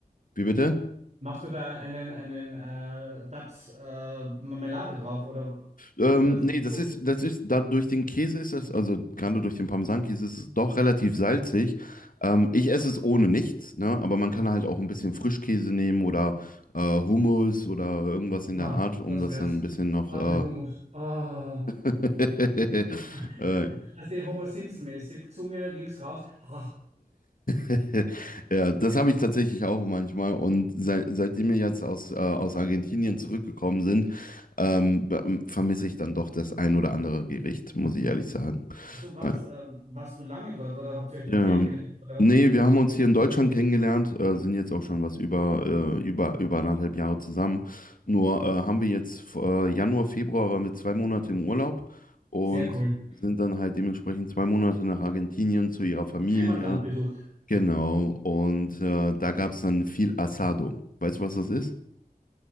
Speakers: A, on the left; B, on the right.
A: Wie bitte?
B: Machst du da einen, einen äh, Dabs äh, Marmelade drauf oder
A: Ähm,
B: isst man das
A: nee,
B: einfach
A: das
B: so?
A: ist, das ist, da durch den Käse ist es, also gerade durch den Parmesankäse ist es doch relativ salzig. Ähm, ich esse es ohne nichts, ne? Aber man kann halt auch ein bisschen Frischkäse nehmen oder äh, Hummus oder irgendwas in
B: Ah,
A: der Art, um
B: das
A: das
B: wär's.
A: dann ein bisschen noch.
B: Ah,
A: Äh,
B: mit Hummus. Ah.
A: <laughs>
B: <laughs>
A: äh,
B: Das ist Homer Simpson-mäßig. Zunge links raus. <laughs>
A: <laughs> ja, das habe ich tatsächlich auch manchmal. Und seit, seitdem wir jetzt aus, äh, aus Argentinien zurückgekommen sind, ähm, be- vermisse ich dann doch das ein oder andere Gericht, muss ich ehrlich sagen.
B: So, was,
A: Äh,
B: äh, warst du lange dort oder habt ihr euch dort
A: Ja,
B: kennengelernt?
A: ja.
B: Oder?
A: nee, wir haben uns hier in Deutschland kennengelernt, äh, sind jetzt auch schon was über, äh, über, über anderthalb Jahre zusammen. Nur äh, haben wir jetzt äh, Januar, Februar waren wir zwei Monate im Urlaub und
B: Sehr cool.
A: sind dann halt dementsprechend zwei Monate nach Argentinien zu ihrer Familie.
B: Heimatland besucht.
A: Genau, und äh, da gab es dann viel Asado. Weißt du, was das ist?